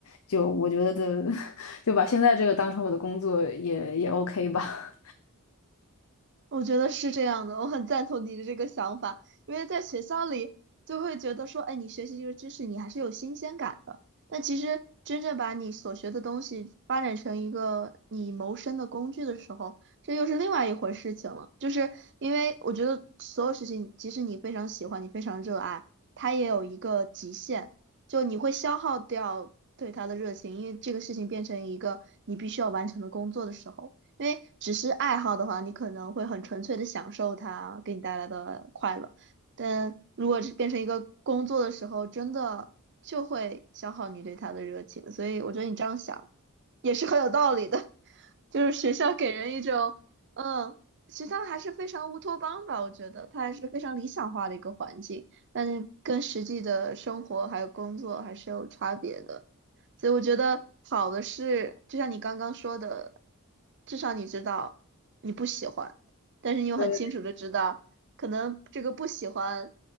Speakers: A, on the left; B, on the right.
A: 就我觉得的，<laughs> 就把现在这个当成我的工作也也 OK 吧。
B: 我觉得是这样的，我很赞同你的这个想法，因为在学校里就会觉得说，哎，你学习这个知识，你还是有新鲜感的。但其实真正把你所学的东西发展成一个你谋生的工具的时候，这又是另外一回事情了。就是因为我觉得所有事情，即使你非常喜欢，你非常热爱，它也有一个极限，就你会消耗掉对它的热情，因为这个事情变成一个你必须要完成的工作的时候。因为只是爱好的话，你可能会很纯粹的享受它给你带来的快乐，但如果是变成一个工作的时候，真的就会消耗你对它的热情。所以我觉得你这样想也是很有道理的，<laughs> 就是学校给人一种，嗯，学校还是非常乌托邦吧，我觉得它还是非常理想化的一个环境，但是跟实际的生活还有工作还是有差别的。所以我觉得好的是，就像你刚刚说的，至少你知道你不喜欢，但是你又很清楚的知道，
A: <laughs>
B: 可能这个不喜欢